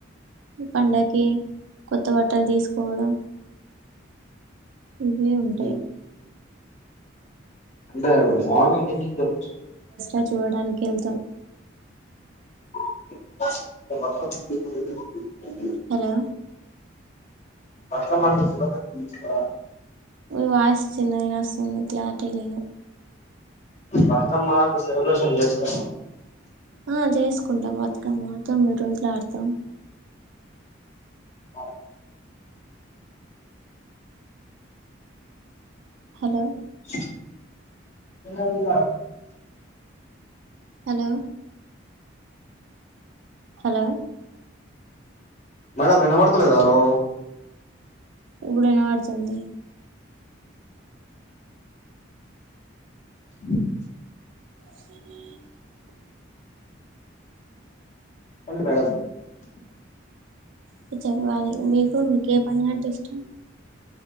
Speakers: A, on the right; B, on the left.
A: పండగకి కొత్త బట్టలు తీసుకోవడం ఇవే ఉంటయి
B: ఉమ్ అంటే మార్నింగ్ <unintelligible>
A: ఇ చూడానికి ఎళ్తం
B: <unintelligible>
A: హలో
B: బతకమ్మ ఫెస్టివల్ తీస్ కదా
A: వాయిస్ చిన్నగినొస్తుంది క్లారిటీ లేదు
B: బతకమ్మ అంత సెలబ్రేషన్ చేస్తార
A: ఆ చేసుకుంటాం బతుకమ్మ తొమ్మిది రోజులు ఆడతాం
B: ఆ
A: హలో
B: అ <unintelligible>
A: హలో హలో
B: మేడం వినపడ్తలేదా హలో
A: ఇప్పుడు ఇనవడుతుంది
B: హ <inaudible>
A: సి <unintelligible>
B: చెప్పండి మేడం <unintelligible>
A: పిచ్చేప్ వాళ్లు మీకు మీకేం పండగంటే ఇష్టం